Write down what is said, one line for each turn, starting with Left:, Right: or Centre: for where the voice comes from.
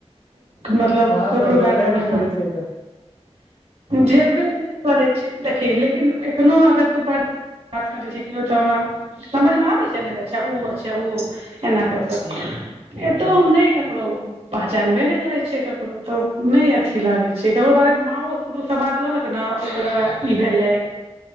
Right: मतलब
Left: अहाँ
Right: ककरो
Left: सब जेबे
Right: बारेमे
Left: नै करै छियै तऽ
Right: जेबे नहि करै छी देखही लेकिन एखनो अगर तू बात करै छै किओ तऽ हमरा समझ में आबै छै ने जे अच्छा ओ अच्छा ओ एना कर
Left: हुं
Right: एतो
Left: हुं
Right: हम ने ककरो पहचानबे नहि करै छिय ककरो तऽ नहि अथी लागे छै ककरो बारे मे माँ ओ समाद कहलक ने ओकरा ई भेलै